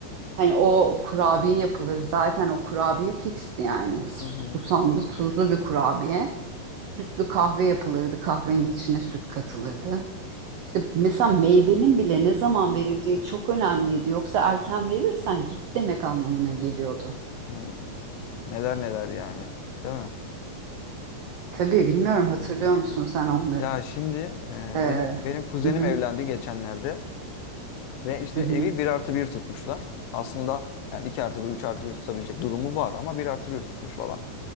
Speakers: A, on the right (about 85°); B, on the left (about 80°).
A: Hani o kurabiye yapılır zaten o kurabiye fixti yani
B: Hı hı.
A: susamlı tuzlu bir kurabiye. Sütlü kahve yapılırdı kahvenin içine süt katılırdı. İşte mesela meyvenin bile ne zaman verildiği çok önemliydi. Yoksa erken verirsen git demek anlamına geliyordu.
B: Hı hı. Neler neler yani, değil mi?
A: Tabii bilmiyorum hatırlıyor musun sen onları?
B: Ya şimdi e,
A: Ee,
B: benim benim kuzenim
A: hı hı,
B: evlendi geçenlerde. Ve işte
A: hı
B: evi
A: hı.
B: bir artı bir tutmuşlar. Aslında yani 2 artı bir, 3 artı bir tutabilecek durumu var ama bir artı bir tutmuş falan.